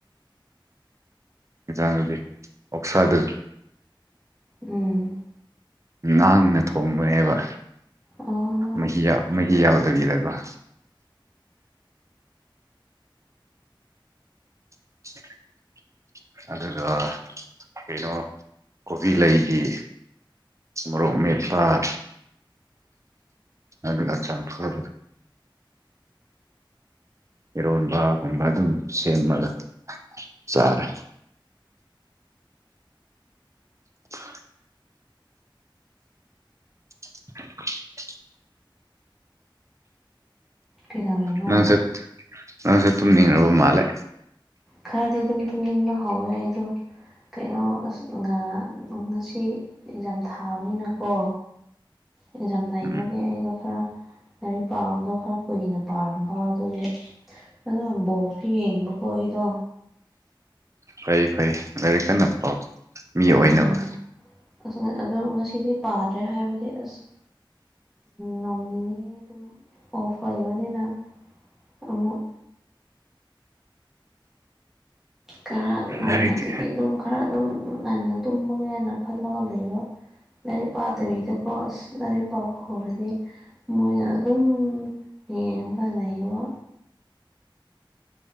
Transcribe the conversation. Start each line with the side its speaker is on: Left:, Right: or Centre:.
Right: ꯏꯖꯥꯡꯗꯨꯗꯤ ꯑꯣꯛꯁꯥꯗꯨ
Centre: ꯎꯝ
Right: ꯅꯥꯡꯅ ꯊꯣꯡꯕꯅꯦꯕ
Centre: ꯑꯣ
Right: ꯃꯍꯤꯌ ꯃꯍꯤ ꯌꯥꯎꯗꯕꯤꯗ ꯒ‌ꯣ <inaudible> ꯑꯗꯨꯒ ꯀꯩꯅꯣ ꯀꯣꯕꯤ ꯂꯩꯒꯤ ꯃ‌ꯣꯔꯣꯛꯃ‌ꯦꯠꯄꯥꯥ ꯑꯗꯨꯒꯥ ꯆꯝꯐꯨꯠ ꯏꯔꯣꯟꯕꯒꯨꯝꯕ ꯑꯗꯨꯝ ꯁꯦꯝꯃꯒ ꯆꯥꯔꯦ <inaudible> <inaudible>
Centre: ꯀꯩꯗꯧꯔꯤꯅꯣ
Right: ꯅꯪꯆꯠ ꯅꯪꯖꯨ ꯇꯨꯝꯅꯤꯡꯉꯕ ꯃꯥꯜꯂ‌ꯦ
Centre: ꯈꯔꯗꯤ ꯑꯗꯨꯝ ꯇꯨꯝꯅꯤꯡꯕ ꯍꯧꯔꯦ ꯑꯩꯗꯣ ꯀꯩꯅꯣ ꯑꯁ ꯉ ꯉꯁꯤ ꯑꯦꯛꯖꯥꯝ ꯊꯥꯕꯅꯤꯅꯀꯣ ꯑꯦꯛꯖꯝ ꯂꯩꯕꯒꯤ
Right: ꯎꯝ
Centre: ꯑꯩꯗꯣ ꯈꯔ ꯂꯥꯔꯤꯛ ꯄꯥꯕꯗꯣ ꯈꯔ ꯀꯨꯏꯅ ꯄꯥꯔꯝꯕ ꯑꯗꯨꯒꯤ ꯑꯗꯨ ꯑꯝ ꯕꯣꯛꯇꯤ ꯌꯦꯡꯕ ꯀꯣ ꯑꯩꯗꯣ
Right: ꯐꯩꯏ ꯐꯩ ꯂꯥꯏꯔꯤꯛ ꯀꯟꯅ ꯄꯥꯎ ꯃꯤ ꯑꯣꯏꯅꯕ
Centre: ꯑꯣ ꯑꯁ ꯉ ꯑꯗꯣ ꯉꯁꯤꯗꯤ ꯄꯥꯗ꯭ꯔꯦ ꯍꯥꯏꯕꯗꯤ ꯑꯁ ꯅꯣꯡ ꯅꯤꯅꯤ ꯗꯨꯝ ꯑꯣꯐ ꯂꯩꯕꯅꯤꯅ ꯑꯃꯨꯛ ꯈꯔ ꯅꯣꯡꯃꯗꯤ
Right: ꯂꯥꯏꯔꯤꯛꯇꯤ
Centre: ꯑꯗꯨꯝ ꯈꯔ ꯑꯗꯨꯝ ꯉꯟꯅ ꯇꯨꯝꯃꯒꯦꯅ ꯈꯜꯂꯒ ꯂꯩꯕ ꯂꯥꯏꯔꯤꯛ ꯄꯥꯗꯕꯤꯗꯀꯣ ꯑꯁ ꯂꯥꯔꯤꯛ ꯄꯥꯕ ꯍꯧꯔꯗꯤ ꯃꯣꯏꯅ ꯑꯗꯨꯝ ꯌꯦꯡꯉꯒ ꯂꯩꯕ